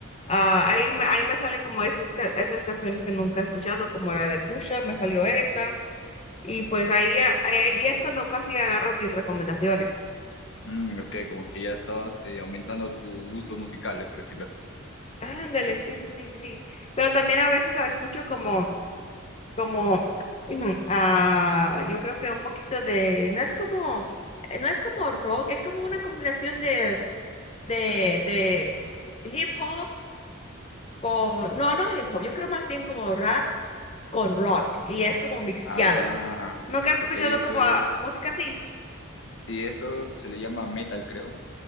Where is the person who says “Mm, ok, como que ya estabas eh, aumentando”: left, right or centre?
Left